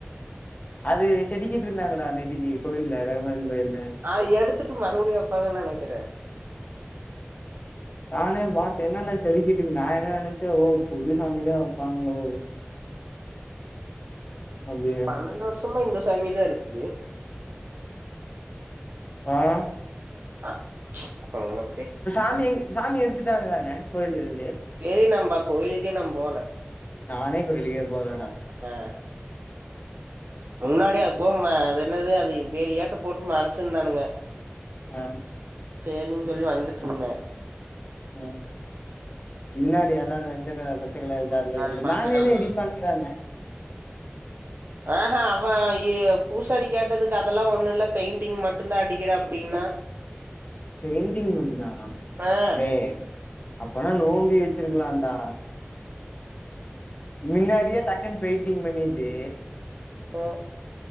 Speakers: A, on the left (about 35°); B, on the right (about 50°).
A: அது செதுக்கிட்டு இருந்தாங்கடா நேத்திக்கு கோயில்ல கருமாரியம்மன் கோயில்ல
B: அ எடுத்துட்டு மறுபடியு வப்பாங்கன்னு நெனைக்கிறே
A: நானே பாத்தே என்னால்ல செதுக்கிட்டு இருந்தா நா என்ன நெனைச்சே ஓ புதுசாமிதா வப்பாங்ளோ அப்டின்னு நெனைச்சேன்
B: பன்னெண்டு வர்ஷமா இந்த சாமிதா இருக்குது
A: ஆ
B: ஆ அவ்ளோலா
A: சாமி சாமி எடுத்துட்டாங்க தான கோயில்ல இருந்து
B: டேய் நம்ப கோயில்க்கே நா போல
A: நானே இப்ப வெளிய போகலடா
B: ஆ முன்னாடி அப்பும் அது என்னது அது வேலியாட்ட போட்டு மறச்சிருந்தானுங்க.
A: ஆ
B: செரின் சொல்லி வந்துட் இருந்த.
A: ம் மின்னாடி எதாவ்து மஞ்ச கலர் பச்ச கலர்
B: அது
A: <unintelligible>
B: பச்ச
A: மேலையில
B: கலர்ல
A: எடிட் பண்ணுகுறான்ங்க
B: ஆஹ அவ இ பூசாரி கேட்டதுக்கு அதெல்லா ஒண்ணு இல்ல. பெய்ண்டிங் மட்டுந்தா அடிக்கிற அப்பிடின்னா.
A: பெய்ண்டிங் மட்டுந்தானா.
B: ஆ
A: டே அப்பன்னா நோம்பி வெச்சிருக்கலான்டா. மின்னாடியே டக்குன்னு பெய்ண் டிங் பண்ணிட்டு
B: ஆ